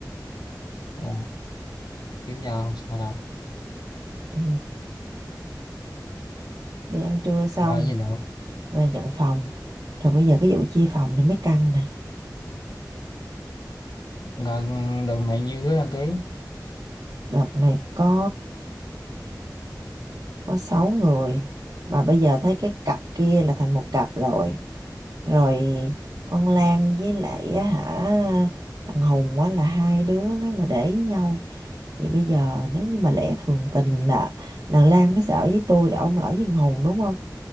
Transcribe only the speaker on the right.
ừ. đi ăn trưa xong
về nhận phòng rồi bây giờ cái vụ chia phòng này mới căng nè
đợt này có có sáu người mà bây giờ thấy cái cặp kia là thành một cặp rồi rồi con Lan với lại á hả thằng Hùng á là hai đứa nó là để ý nhau vậy bây giờ nếu như mà lẽ thường tình là thằng Lan nó sẽ ở với tôi rồi ông ở với thằng Hùng đúng không